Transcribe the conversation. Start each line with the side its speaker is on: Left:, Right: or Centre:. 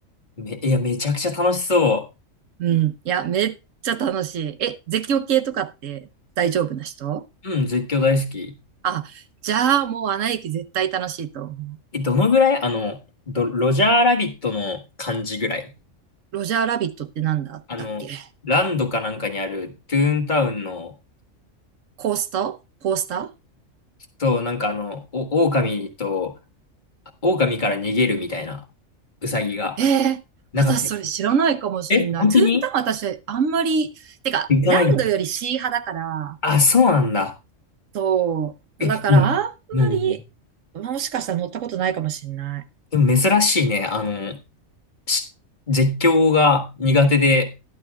Left: め、いや、めちゃくちゃ楽しそ
Right: うん。いや、めっちゃ楽しい。え、絶叫系とかって大丈夫な人
Left: う。うん、絶叫大好き。
Right: あ、じゃあもうアナ雪絶対楽しいと思う。
Left: え、どのぐらいあの、ど、ロジャーラビットの感じぐらい。
Right: ロジャーラビットってなんだったっけ
Left: あの、ランドかなんかにあるトゥーンタウンの、
Right: コースターコースター
Left: そう、なんかあの、お、狼と、狼から逃げるみたいな、ウサギが、
Right: ええー私それ知らないかもしんない。
Left: なかったっけえ、本当に
Right: トゥーンタウン私あんまり、てか、
Left: 行かないんだ。
Right: ランドよりシー派だから、
Left: あ、そうなんだ。
Right: そう。
Left: え、
Right: だからあんまり、
Left: うん。うん。
Right: もしかしたら乗ったことないかもしれない。
Left: でも珍しいね。あの、し絶叫が苦手で